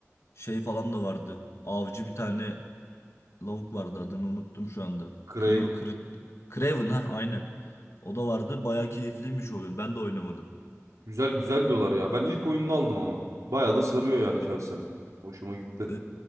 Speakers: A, on the left; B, on the right.
A: şey falan da vardı. Avcı bir tane lavuk vardı adını unuttum şu anda.
B: Craven.
A: Kri, Kri, Craven ha aynen. O da vardı. Bayağı keyifliymiş o oyun. Ben de oynamadım.
B: Güzel güzel diyorlar ya. Ben ilk oyununu aldım ama. Bayağı da sarıyor yani şahsen. Hoşuma gitti.
A: E,